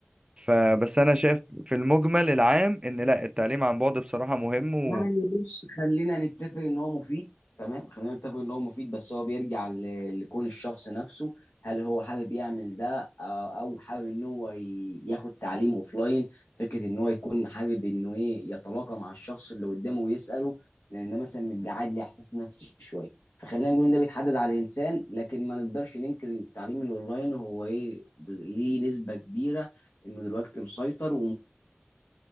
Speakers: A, on the right (about 20°); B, on the left (about 75°).
A: فبس انا شايف في المجمل العام ان لا التعليم عن بعد بصراحة مهم و...
B: يعني بص خلينا نتفق ان هو مفيد تمام خلينا نتفق ان هو مفيد بس هو بيرجع ل- لكون الشخص نفسه هل هو حابب يعمل ده او أو حابب ان هو ي- ياخد تعليم اوفلاين فكره ان هو يكون حابب انه ايه يتلاقى مع الشخص اللي قدامه ويساله لان ده مثلا بيبقى قاعد ليه احساس نفسي شويه فخلينا نقول ان ده بيتحدد على الانسان لكن ما نقدرش ننكر إن التعليم الاونلاين هو ايه بز- ليه نسبه كبيره انه دلوقتي مسيطر